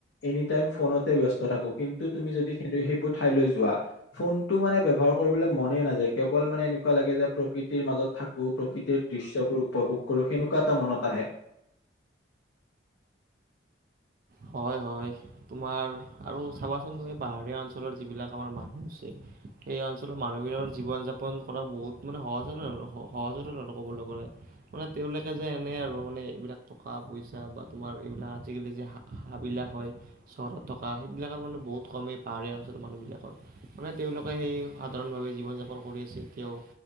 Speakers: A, on the left; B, on the right.
A: এনিটাইম ফোনতে ব্যস্ত থাকো কিন্তু তুমি যদি সেইবোৰ ঠাই যোৱা ফোনটো মানে। কৰিবলৈ মনেই নাযায় কেৱল মানে এনেকুৱা লাগে যে। প্ৰকৃতিৰ মাজত থাকো প্ৰকৃতিৰ দৃশ্যবোৰ উপভোগ কৰো সেন। এটা মনত আহে।
B: হয় হয়, তোমাৰ আৰু চাবাচোন এই পাহাৰীয়া অঞ্চলৰ যিবিলাক আমাৰ মানুহ আছে। এই অঞ্চলৰ মানুহবিলাকৰ জীৱন যাপন কৰা বহুত মানে সহজলে সহজতে ক'বলৈ গ'লে। মানে তেওঁলোকে যে এনেই আৰু মানে এইবিলাক টকা পইচা বা তোমাৰ এইবিলাক আজিকালি যে। হাঁহবিলাক হয়, চহৰত থকা সেইবিলাকৰ মানে বহুত কমেই পাহাৰীয়া অঞ্চলৰ মানুহবিলাকৰ মানে। তেওঁলোকে সেই সাধাৰণভাৱে জীৱন যাপন কৰি আছে এতিয়াও।